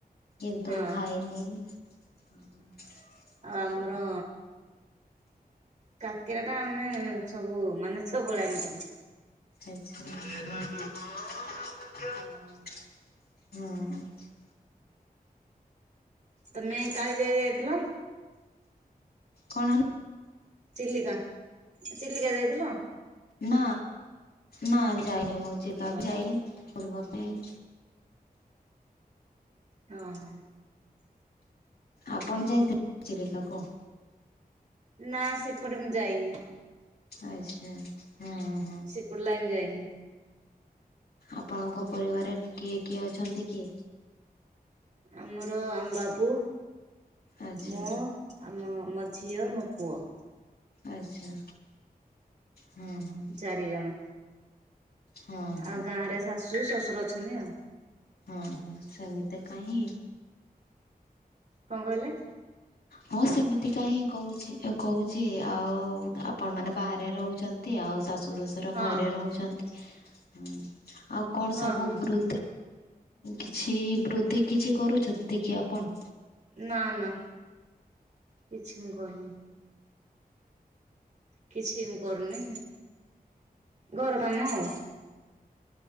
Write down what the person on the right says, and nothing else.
ହଁ ଆଉ
ଆଉ ଆମର। କାକିରା ଟା ଆମେ ସବୁ ମାନେ ସବୁବେଳେ ଆମେ କରୁ।
ହଁ
ତମେଁ କାଳି ଯାଇ ଯାଇଥିଲ।
ଚିଲିକା ଚିଲିକା ଯାଇଥିଲ?
ହଁ
ହଁ।
ନା ସେପଟେ ମୁଁ ଯାଇନି।
ସେପଟ ଲାଇନି ଯାଇନି।
ଆମର ଆମ ବାବୁ
ମୁଁ ଆମ ମୋ ଝିଅ ମୋ ପୁଅ।
ଚାରି ଜଣ।
ଆଉ ଗାଁରେ ଶାଶୁ ଶ୍ୱଶୁର ଅଛନ୍ତି ଆଉ
କଣ କହିଲେ?
ହଁ
ହଁ
ହଁ
ନା ନା କିଛି ମୁଁ କରିନି। କିଛି ମୁଁ କରୁନି ଘର କାମ ଆଉ